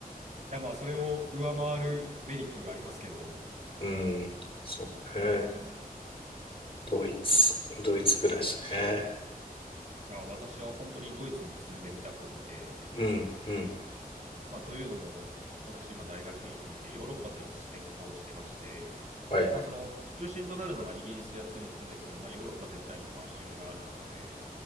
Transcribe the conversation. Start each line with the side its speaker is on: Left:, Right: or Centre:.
Right: や、まあ、それを上回るメリットがありますけど、
Left: うん。そうね。
Right: うーん、い
Left: ドイツ、ドイツ暮らしね。
Right: や、私は本当にドイツに住んでみたくって、
Left: うん。うん。
Right: まあ、というのも、私、今、大学院でヨーロッパの歴史専攻してまして、
Left: はい。
Right: まあ、その、中心となるのはイギリスやってるんですけど、まあ、ヨーロッパ全体に関心がある中で、